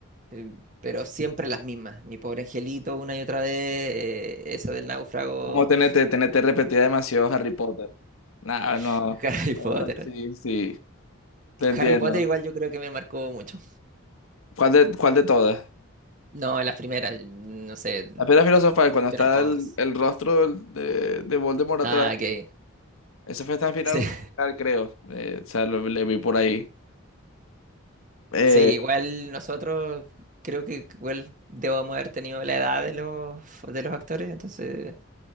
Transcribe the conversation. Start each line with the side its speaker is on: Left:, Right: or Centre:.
Right: eh, pero siempre las mismas. Mi pobre angelito, una y otra vez, eh, esa del náufrago,
Left: Como TNT, TNT repetía demasiado Harry Potter. No, no.
Right: <laughs> Harry Potter.
Left: Ah, sí, sí. Te entiendo.
Right: Harry Potter igual yo creo que me marcó mucho.
Left: ¿Cuál de, cuál de todas?
Right: No, las primeras, no sé.
Left: La piedra filosofal, cuando está
Right: Pero todas.
Left: el, el rostro de, de Voldemort atrás.
Right: Ah, ok.
Left: Eso fue tan final,
Right: Sí, <laughs>
Left: creo. Eh, o sea, lo- le vi por ahí. Eh,
Right: sí, igual nosotros creo que igual debemos haber tenido la edad de los de los actores, entonces